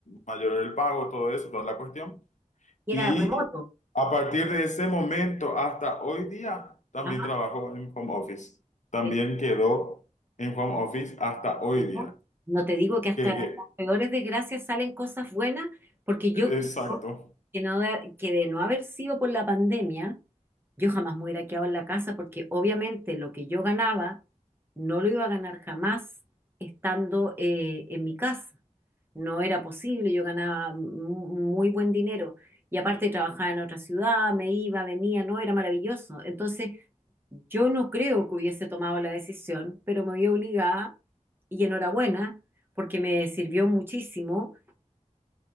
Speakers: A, on the left (about 65°); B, on the right (about 15°).
A: mayor el pago, todo eso, toda la cuestión.
B: Y
A: Y
B: era remoto.
A: a partir de ese momento hasta hoy día, también
B: Ajá.
A: trabajo en home office. También
B: eh,
A: quedó en home office hasta hoy
B: digo,
A: día.
B: No te digo que hasta
A: Que,
B: de las peores desgracias salen cosas buenas, porque
A: que-
B: yo creo
A: exacto.
B: que no, haber- que de no haber sido por la pandemia, yo jamás me hubiera quedado en la casa porque obviamente lo que yo ganaba no lo iba a ganar jamás estando eh, en mi casa. No era posible, yo ganaba mu- muy buen dinero y aparte trabajaba en otra ciudad, me iba, venía, no, era maravilloso. Entonces, yo no creo que hubiese tomado la decisión, pero me vi obligada y enhorabuena porque me sirvió muchísimo